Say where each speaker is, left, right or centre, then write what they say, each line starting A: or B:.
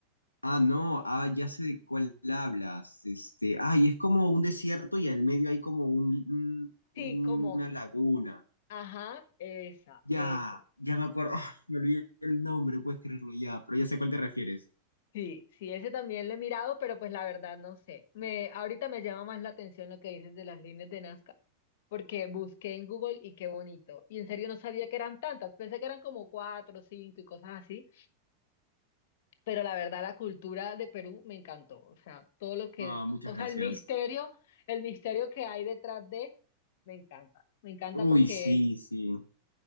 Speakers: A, on the left; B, on the left.
A: Ah, no, ah, ya sé de cuál hablas. Este, ay, es como un desierto y al medio hay como un, un-
B: Sí, como,
A: una laguna.
B: ajá, esa,
A: Ya,
B: esa.
A: ya me acuerdo. <laughs> Ah, me olvidé el nombre, puedes creerlo ya, pero ya sé a cuál te refieres.
B: Sí, sí, ese también lo he mirado, pero pues la verdad no sé. Me, ahorita me llama más la atención lo que dices de las líneas de Nazca, porque busqué en Google y qué bonito. Y en serio no sabía que eran tantas, pensé que eran como cuatro, cinco y cosas así, pero la verdad la cultura de Perú me encantó. O sea, todo lo que,
A: Ah, muchas
B: o
A: gracias.
B: sea, el misterio, el misterio que hay detrás de, me encanta. Me encanta
A: Uy,
B: porque,
A: sí, sí,